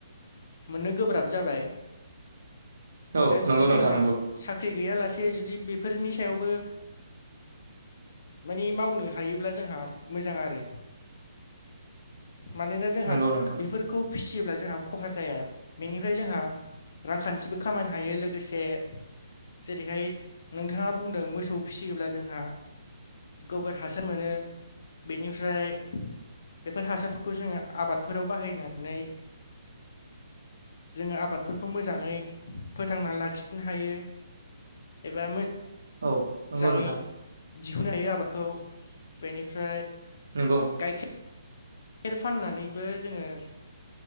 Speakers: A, on the left; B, on the right.
A: मोननो गोब्राब जाबाय
B: औ
A: दा जुदि
B: नंगौ
A: जोङो
B: नोंथां नंगौ
A: साख्रि गैयालासे जुदि बेफोरनि सायावबो माने मावनो हायोब्ला जोंहा मोजां आरो। मानोना जोंहा
B: नंगौ नोंथां
A: बेफोरखौ फिसियोब्ला जोंहा खहा जाया बेनिफ्राय जोंहा रांखान्थिबो खामायनो हायो लोगोसे जेरैहाय नोंथाङा बुंदों मोसौ फिसियोब्ला जोंहा गोबोर हासार मोनो बेनिफ्राय बेफोर हासारफोरखौ जोङो आबादफोराव बाहायनानै जोङो आबादफोरखौ मोजाङै फोथांना लाखिनो हायो। एबा
B: औ नंगौ
A: मोजाङै
B: नोंथां
A: दिहुननो हायो आबादखौ बेनिफ्राय
B: नंगौ।
A: गाइखे र फाननानैबो जोङो